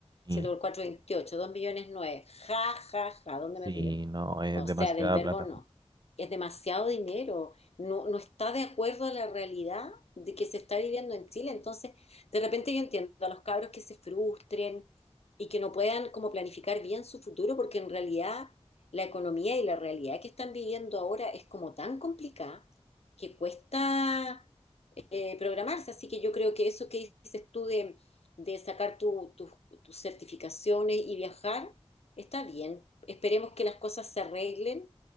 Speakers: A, on the right; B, on the left.
A: sí,
B: 7 por 4, 28, 2 millones nueve Ja, ja, ja, ¿dónde me
A: sí,
B: río?
A: no, es
B: O
A: demasiada
B: sea, del verbo
A: plata.
B: no. Es demasiado dinero. No, no está de acuerdo a la realidad de que se está viviendo en Chile. Entonces, de repente yo entiendo a los cabros que se frustren y que no puedan como planificar bien su futuro porque en realidad la economía y la realidad que están viviendo ahora es como tan complicada que cuesta eh, programarse. Así que yo creo que eso que dices tú de, de sacar tu- tus tus certificaciones y viajar Está bien. Esperemos que las cosas se arreglen